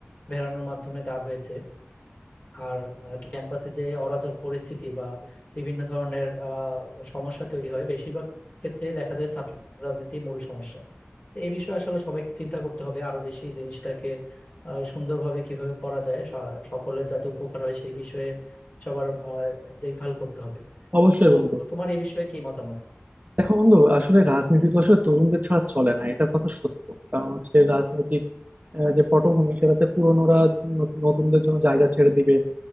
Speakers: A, on the left (about 40°); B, on the right (about 35°).
A: ভেড়ানোর মাধ্যমে দাঁড় হয়েছে আর আহ, ক্যাম্পাসে যে অরাজক পরিস্থিতি বা বিভিন্ন ধরনের আহ, সমস্যা তৈরি হয় বেশিরভাগ ক্ষেত্রে দেখা যায় ছাত্র রাজনীতি মূল সমস্যা তো এই বিষয়ে আসলে সবাইকে চিন্তা করতে হবে আরো বেশি জিনিসটাকে আহ, সুন্দরভাবে কিভাবে করা যায় স- সকলের যাতে উপকার হয় সেই বিষয়ে সবার আহ, দেখভাল করতে হবে
B: অবশ্যই
A: তো
B: বন্ধু
A: তোমার এই বিষয়ে কি মতামত
B: দেখো বন্ধু আসলে রাজনীতি তো আসলে তরুণদের ছাড়া চলে না এটা কথা সত্য কারণ হচ্ছে রাজনৈতিক আহ, যে পটভূমি সেটাতে পুরনোরা ন- নতুনদের জন্য জায়গা ছেড়ে দিবে